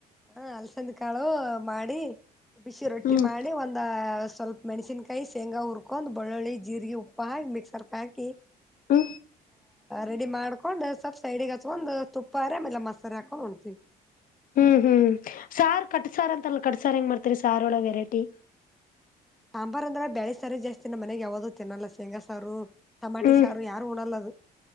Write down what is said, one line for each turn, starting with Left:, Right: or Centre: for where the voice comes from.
Centre: ಹ ಅಲ್ಸಂದ್ ಕಾಳು ಮಾಡಿ ಬಿಸಿ ರೊಟ್ಟಿ
Left: ಹ್ಮ್
Centre: ಮಾಡಿ ಒಂದ ಸ್ವಲ್ಪ ಮೆಣಸನ್ಕಾಯಿ ಶೇಂಗಾ ಹುರ್ಕೊಂಡ್ ಬೆಳ್ಳುಳ್ಳಿ ಜೀರಿಗೆ ಉಪ್ಪ ಹಾಕಿ ಮಿಕ್ಸರ್ಕ್ ಹಾಕಿ
Left: ಹ್ಮ
Centre: ರೆಡಿ ಮಾಡ್ಕೊಂಡ್ ಸ್ವಲ್ಪ ಸೈಡಿಗೆ ಹಚ್ಕೊಂಡ್ ತುಪ್ಪಾರೆ ಆಮೇಲೆ ಮಸಾರಿ ಹಾಕೊಂಡ್ ಹೊಣ್ತಿೀವಿ
Left: ಹ್ಮ್ ಹ್ಮ್ ಸಾರು ಕಟ್ ಸಾರು ಅಂತಲ್ಲ ಕಟ್ ಸಾರ್ ಹೆಂಗ ಮಾಡ್ತರಿ ಸಾರ ಒಳ ವೆರೈಟಿ
Centre: ಸಾಂಬಾರ್ು ಅಂದ್ರೆ ಬೇಳೆ ಸಾರು ಜಾಸ್ತಿ ನಮ್ಮ ಮನೆಗೆ ಯಾವ್ದೂ ತಿನ್ನಲ್ಲ ಶೇಂಗ ಸಾರು ಟಮಾಟಿ
Left: ಹ್ಮ್
Centre: ಸಾರು ಯಾರು ಉಣಲ್ಲದು